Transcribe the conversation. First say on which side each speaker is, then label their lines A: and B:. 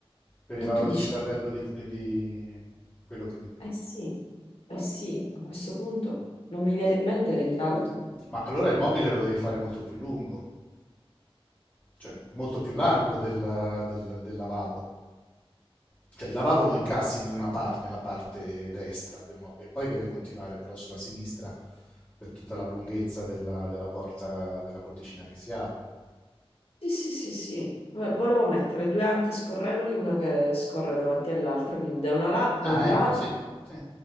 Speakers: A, on the left; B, on the left.
A: Per il,
B: E
A: la-
B: tu dici,
A: il lavello di, di quello che... di-
B: eh sì, eh sì, a questo punto non mi viene in mente l'intanto.
A: Ma allora il mobile lo devi fare molto più lungo, cioè molto più largo del, del- del lavabo. Cioè il lavabo lo incassi in una parte, nella parte destra del mobile, e poi deve continuare però sulla sinistra per tutta la lunghezza della, della porta, della porticina che si apre.
B: Sì, sì, sì, sì, Eh, volevo mettere due ante scorrevoli, una che scorre davanti all'altra, quindi da, una la-
A: Ah,
B: da un lato
A: ecco, sì, sì.